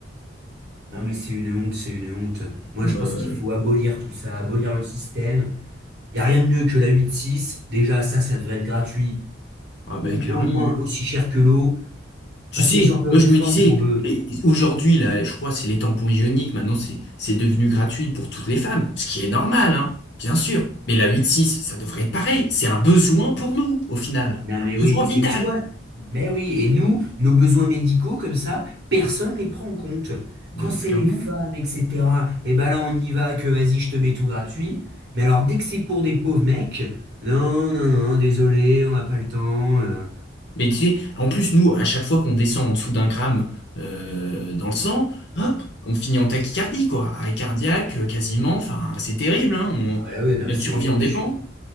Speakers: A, on the right (about 55°); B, on the left (about 60°).
A: Non, mais c'est une honte, c'est une honte. Moi,
B: Ouais,
A: je pense
B: ouais.
A: qu'il faut abolir tout ça, abolir le système. Il n'y a rien de mieux que la 8-6. Déjà, ça, ça devrait être gratuit,
B: Ah, bah,
A: ou
B: clairement.
A: au moins aussi
B: hein.
A: cher que l'eau.
B: Tu
A: Enfin,
B: sais,
A: c'est ce genre de
B: moi
A: réforme
B: je me disais,
A: qu'on veut.
B: et- aujourd'hui, là, je crois que c'est les tampons ioniques, maintenant c'est c'est devenu gratuit pour toutes les femmes, ce qui est normal, hein, bien sûr. Mais la 8-6, ça devrait être pareil. C'est un besoin pour nous, au final.
A: Non,
B: Un
A: mais oui.
B: besoin vital,
A: Et tu vois, mais oui. Et nous, nos besoins médicaux, comme ça, personne ne les prend en compte. Quand
B: euh,
A: c'est
B: clairement.
A: les femmes, etc., et ben là, on y va, que vas-y, je te mets tout gratuit. Mais alors, dès que c'est pour des pauvres mecs, non, non, non, désolé, on n'a pas le temps. euh.
B: Mais tu sais, en plus, nous, à chaque fois qu'on descend en dessous d'un gramme euh, dans le sang, hop, on finit en tachycardie, quoi. Arrêt cardiaque, euh, quasiment, enfin, c'est terrible, hein. on-
A: Ah, bah oui, non,
B: notre
A: mais c'est.
B: survie en dépend.
A: je-